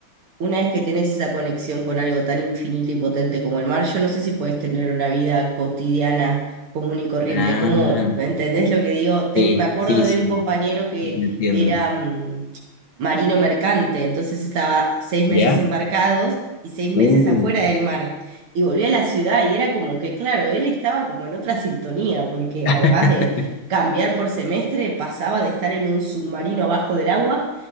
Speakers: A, on the right; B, on the left.
A: una vez que tenés esa conexión con algo tan infinito y potente como el mar, yo no sé si puedes tener una vida cotidiana común y corriente.
B: Ah,
A: ¿Cómo, entendés lo que digo? Te-
B: sí,
A: me acuerdo
B: sí,
A: de
B: sí,
A: un compañero que
B: sí, te entiendo.
A: era mm, marino mercante, entonces estaba seis meses
B: ¿Ya?
A: embarcados y seis meses
B: Uh.
A: afuera del mar. Y volvió a la ciudad y era como que, claro, él estaba como en otra sintonía, porque
B: <laughs>
A: además de cambiar por semestre, pasaba de estar en un submarino abajo del agua